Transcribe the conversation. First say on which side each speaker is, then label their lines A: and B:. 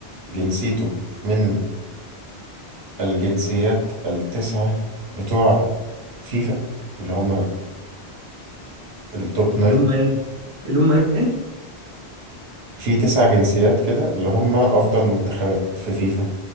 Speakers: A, on the right; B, on the right.
A: جنسيته من الجنسيات التسعة بتوع فيفا اللي هم التوب ناين
B: اللي هم ايه اللي هم ايه
A: في تسع جنسيات كده اللي هم أفضل منتخبات في فيفا